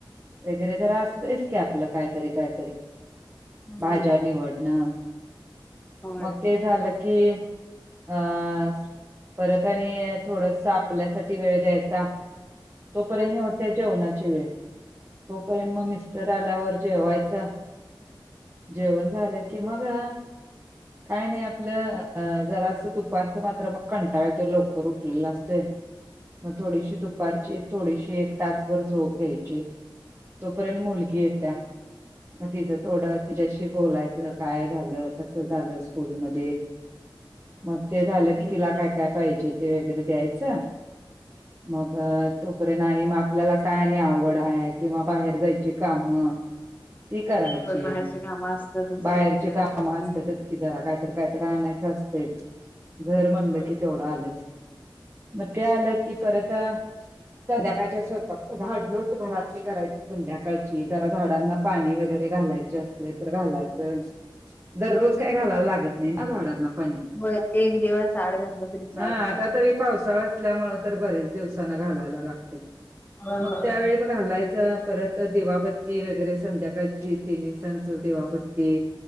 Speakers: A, on the right; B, on the left.
A: वगैरे तर असतोयच की आपलं काहीतरी काहीतरी
B: हम्म
A: भाज्या निवडणं
B: होय
A: मग ते झालं की अस परत आणि थोडसा आ पल्यासाठी वेळ द्यायचा तोपर्यंत होत्या जेवणाची वेळ. तोपर्यंत मग मिस्टर आल्यावर जेवायचा. जेवण झालं की मगा काय नाही आपलं जरासं दुपारचं मात्र मग कंटाळ येतोय लवकर उठलेलं असतंय मग थोडीशी दुपारची थोडीशी एक तासभर झोप घ्यायची. तोपर्यंत मुलगी येत्या म तीजं थोडं तिच्याशी बोलायचं काय झालं कस झालं स्कूलमध्ये. मग ते झालं
B: हम्म
A: की तिला काय काय पाहिजे ते वगैरे द्यायचं. मग तोपर्यंत आणि म आपल्याला काय आणि आवड आहे किंवा बाहेर जायची कामं ती करायची
B: होय बाहेरचे काम असतातच
A: बाहेरचे
B: रेग्युलर
A: कामं
B: हम्म
A: असतेतच कि जरा काहीत कायतरी आणायचं असतोयच घर म्हणलं
B: होय
A: की तेवढं आलंच मग ते आलं की परत संध्याकाळच्या स्वरपाक झाडलोट घरातली करायची संध्या काळची जरा झाडांना पाणी वगैरे घालायचे असले तर घालायचं. दररोज काय घालायला लागत नाही ना झाडांना पाणी
B: होय एक दिवस आड घातलं तरी चालतंय.
A: हा आता तर पावसाळास ल्यामुळे तर बरेच दिवसान घालायला लागते
B: अ
A: मग त्यावेळी पण घालायच परत दिवाबत्ती वगैरे संध्याकाळची तिनी सांचा दिवाबत्ती